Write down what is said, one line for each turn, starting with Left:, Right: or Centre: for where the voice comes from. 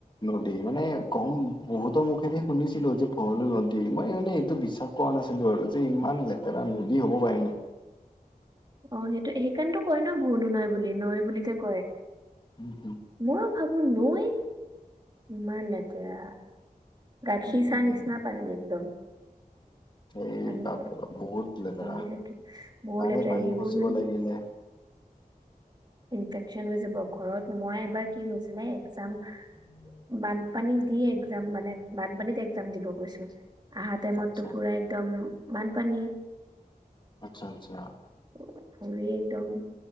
Left: নদী মানে গম বহুতৰ মুখেৰে শুনিছিলোঁ যে ভৰলু নদী মই মানে এইটো বিশ্বাস। কৰা নাছিলো আৰু যে ইমান লেতেৰা নদী হ'ব পাৰেনে?
Right: অ সেইটো সেইকাৰণে কয় ন ভলো নাই বুলি নৈ বুলিযে কয়
Left: উম,
Right: ময়ো ভাবো। নৈ ইমান লেতেৰা। গাখীৰ
Left: উম,
Right: চাহ
Left: উম,
Right: নিচিনা পানী একদম।
Left: এই
Right: পানী
Left: বাপৰে
Right: যে
Left: বাপ বহুত লেতেৰা
Right: বহুত লেতেৰা
Left: তাৰে পানী
Right: এইবোৰ
Left: খচিব
Right: মানে।
Left: লাগিলে
Right: ইনফেকচন হৈ যাব ঘৰত মই এবাৰ কি হৈছিলে একজাম। বানপানী দি একজাম মানে। বানপানীত একজাম দিব গৈছো আহো তে মই
Left: আচ্ছা
Right: টোপুৰাই একদম বানপানী।
Left: আচ্ছা আচ্ছা।
Right: অ ভৰি একদম।